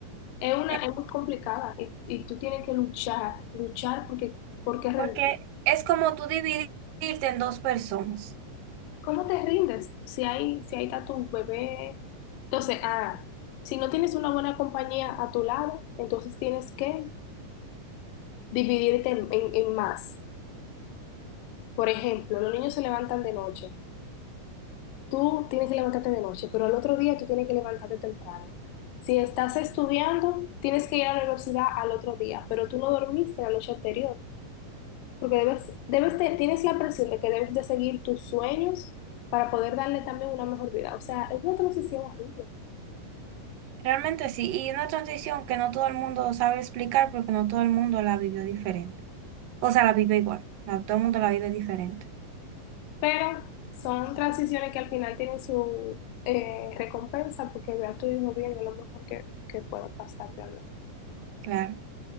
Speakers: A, on the left; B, on the right.
A: Es una,
B: es
A: es muy complicada y, y tú tienes que luchar, luchar porque, porque rendir.
B: Porque es como tú dividirte en dos personas.
A: ¿Cómo te rindes si hay, si ahí está tu bebé? Entonces, ah, si no tienes una buena compañía a tu lado, entonces tienes que dividirte en, en- en más. Por ejemplo, los niños se levantan de noche. Tú tienes que levantarte de noche, pero al otro día tú tienes que levantarte temprano. Si estás estudiando, tienes que ir a la universidad al otro día, pero tú no dormiste la noche anterior, porque debes, debes de- tienes la presión de que debes de seguir tus sueños para poder darle también una mejor vida. O sea, es una transición horrible.
B: Realmente sí, y una transición que no todo el mundo sabe explicar porque no todo el mundo la vivió diferente. O sea, la vive igual, no, todo el mundo la vive diferente,
A: Pero son transiciones que al final tienen su eh, recompensa porque ve a tu hijo bien y es lo mejor que, que pueda pasar realmente.
B: claro.